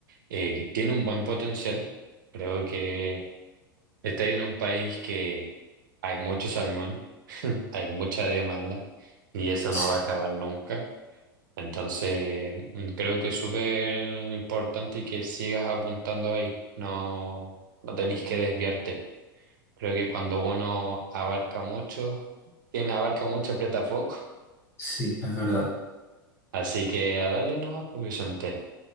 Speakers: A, on the right; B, on the left.
A: eh, que tiene un buen potencial. Creo que está en un país que hay mucho salmón, <laughs> hay mucha demanda y eso
B: sí,
A: no va a acabar nunca. Entonces, mm, creo que es súper importante que sigas apuntando ahí, no, no tenéis que desviarte. Creo que cuando uno abarca mucho, quien abarca mucho aprieta poco.
B: sí, es verdad.
A: Así que a darle nomás, pues Vicente.